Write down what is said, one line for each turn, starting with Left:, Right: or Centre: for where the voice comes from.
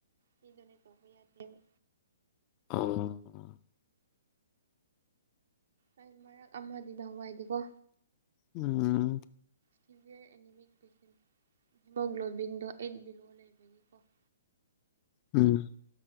Right: ꯃꯤꯗꯨꯣꯅꯦ ꯇꯧꯕ ꯌꯥꯗꯦꯕ
Left: ꯑꯣ
Right: ꯑꯩ ꯃꯔꯛ ꯑꯃꯗꯤ ꯅꯍꯋꯥꯏꯗꯤꯀꯣ
Left: ꯎꯝ
Right: ꯁꯤꯚꯤꯌꯔ ꯑꯦꯅꯤꯃꯤꯛ ꯄꯦꯁꯦꯟ ꯍꯤꯃꯣꯒ꯭ꯂꯣꯕꯤꯟꯗꯣ ꯑꯩꯠ ꯕꯤꯂꯣ ꯂꯩꯕꯒꯤꯀꯣ <inaudible>
Left: ꯎꯝ